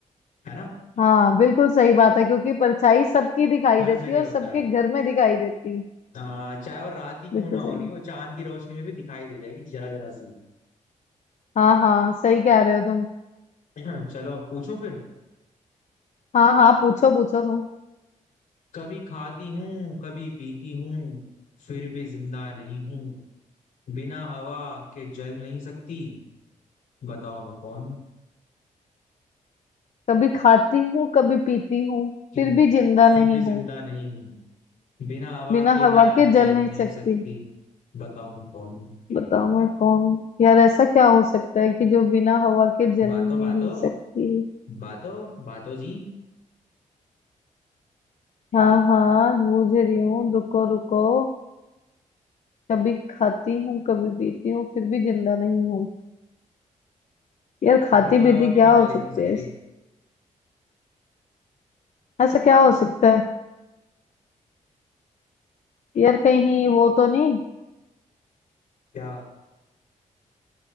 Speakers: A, on the left; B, on the left.
A: है ना
B: हाँ बिल्कुल सही बात है क्योंकि परछाई सबकी दिखाई
A: हर
B: देती
A: जगह
B: है और
A: होता
B: सबके
A: है
B: घर में दिखाई देती है
A: हाँ चाहे वो रात ही क्यों
B: बिल्कुल
A: ना हो
B: सही
A: रही हो चांद की रोशनी में भी दिखाई दे जाएगी जरा जरा सी
B: हाँ हाँ सही कह रहे हो तुम
A: <clears throat> चलो पूछूं फिर
B: हाँ हाँ पूछो पूछो तुम
A: कभी खाती हूँ कभी पीती हूँ फिर भी जिंदा नहीं हूँ बिना हवा के जल नहीं सकती बताओ मैं कौन हूँ
B: कभी खाती हूँ कभी पीती हूँ
A: कि
B: फिर
A: हूँ
B: भी जिंदा नहीं
A: फिर भी जिंदा
B: हूँ
A: नहीं हूँ बिना हवा
B: बिना
A: के
B: हवा
A: मैं
B: के
A: जल
B: जल नहीं
A: नहीं
B: सकती
A: सकती बताओ मैं कौन हूँ
B: बताओ मैं कौन हूँ यार ऐसा क्या हो सकता है कि जो बिना हवा के जल
A: बातो
B: नहीं
A: बातो
B: सकती
A: बातो बातो जी
B: हाँ हाँ बूझ रही हूँ रुको रुको कभी खाती हूँ कभी पीती हूँ फिर भी जिंदा नहीं हूँ यार खाती
A: बिना
B: पीती
A: हवा
B: क्या
A: के मैं
B: हो
A: जल ही
B: सकते
A: नहीं सकती
B: हैं ऐसा क्या हो सकता है यार कहीं वो तो नहीं
A: क्या